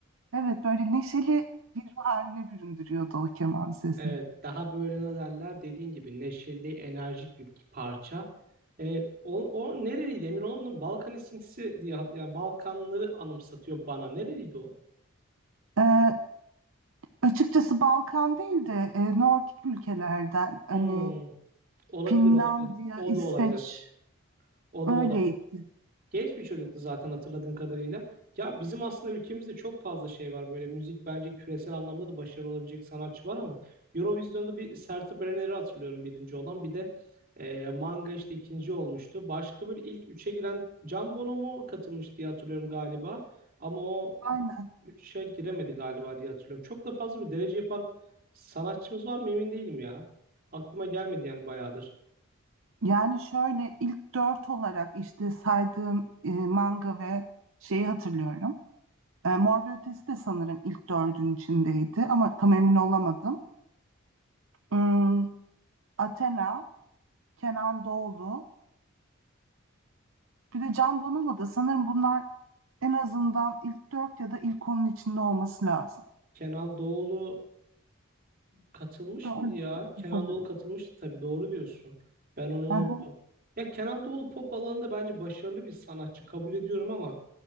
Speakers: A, on the right; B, on the right.
A: Evet, böyle neşeli bir ruh haline büründürüyordu o keman sesi.
B: Evet, daha böyle ne derler dediğin gibi neşeli, enerjik bir parça. Ee, o, o nereliydi emin olamadım. Balkan esintisi diye yani Balkanları anımsatıyor bana. Nereliydi o?
A: Ee, açıkçası Balkan değil de e, Nordik ülkelerden hani
B: Hmm, olabilir
A: Finlandiya,
B: olabilir. O
A: İsveç
B: da olabilir. O
A: öyleydi.
B: da olabilir. Genç bir çocuktu zaten hatırladığım kadarıyla. Ya bizim aslında ülkemizde çok fazla şey var. Böyle müzik bence küresel anlamda da başarılı olabilecek sanatçı var ama Eurovision'da bir Sertab Erener'i hatırlıyorum birinci olan. Bir de e, Manga işte ikinci olmuştu. Başka böyle ilk üçe giren Can Bono mu katılmış diye hatırlıyorum galiba. Ama o
A: Aynen.
B: üçe giremedi galiba diye hatırlıyorum. Çok da fazla bir derece yapan sanatçımız var mı emin değilim ya. Aklıma gelmedi yani bayağıdır.
A: Yani şöyle ilk dört olarak işte saydığım e, manga ve şeyi hatırlıyorum. E, Mor ve Ötesi de sanırım ilk dördün içindeydi ama tam emin olamadım. Hmm, Athena, Kenan Doğulu, bir de Can Bonomo da sanırım bunlar en azından ilk dört ya da ilk onun içinde olması lazım.
B: Kenal Doğulu Katılmış
A: Dördüncü
B: mıydı ya? Kenan
A: sanırım.
B: Doğulu katılmıştı tabii doğru diyorsun. Ben onu unuttum.
A: Hı hı.
B: Ya Kenan Doğulu pop alanında bence başarılı bir sanatçı kabul ediyorum ama